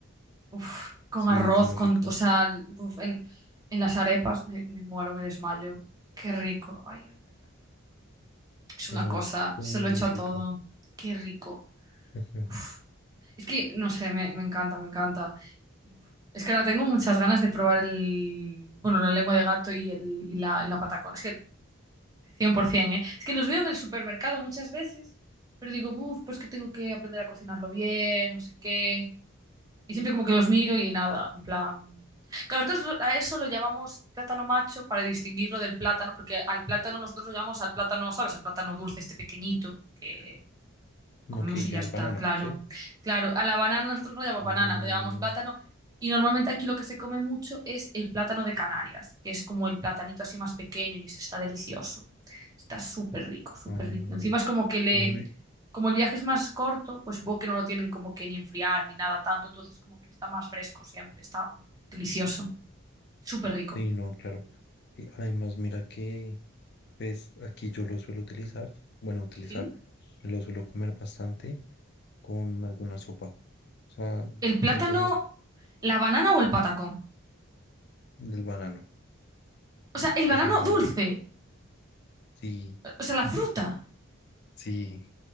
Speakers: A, on the right; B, on the left.
A: Uf, con
B: Sí,
A: arroz,
B: es muy
A: con,
B: rico.
A: o sea, uf, en, en las arepas me, me muero, me desmayo. ¡Qué rico! Ay, ay, ay. Es
B: Sí,
A: una
B: no,
A: cosa,
B: es muy,
A: se lo
B: muy
A: echo a
B: rico.
A: todo. ¡Qué rico!
B: Ujú.
A: Uf. Es que, no sé, me, me encanta, me encanta. Uf. Es que ahora tengo muchas ganas de probar el, bueno, la lengua de gato y, el, y la, y la patacón. Es que 100%, ¿eh? Es que los veo en el supermercado muchas veces, pero digo, uff, pues que tengo que aprender a cocinarlo bien, no sé qué. Y siempre como que los miro y nada, en plan... Claro, nosotros lo- a eso lo llamamos plátano macho para distinguirlo del plátano, porque al plátano nosotros lo llamamos al plátano, ¿sabes? Al plátano dulce, este pequeñito, que lo comemos
B: No, que
A: y
B: ya
A: ya
B: el
A: está,
B: banano,
A: claro.
B: ¿sí?
A: Claro, a la banana nosotros no le llamamos
B: Mm,
A: banana, lo llamamos plátano. Y normalmente aquí lo que se come mucho es el plátano de Canarias, que es como el platanito así más pequeño y ese está delicioso. Está súper rico, súper
B: ah,
A: rico. Encima es como que le...
B: me- me-
A: Como el viaje es más corto, pues supongo que no lo tienen como que ni enfriar ni nada tanto, entonces como que está más fresco siempre, está uf, delicioso, súper rico.
B: sí, no, claro. Y además, mira que, pues, aquí yo lo suelo utilizar, bueno, utilizar,
A: ¿Sí?
B: lo suelo comer bastante con alguna sopa. O sea,
A: ¿El plátano,
B: siento que es
A: la banana o el patacón?
B: del banano.
A: O sea, el banano
B: O sea, digamos,
A: dulce,
B: sí,
A: o sea, la fruta.
B: sí,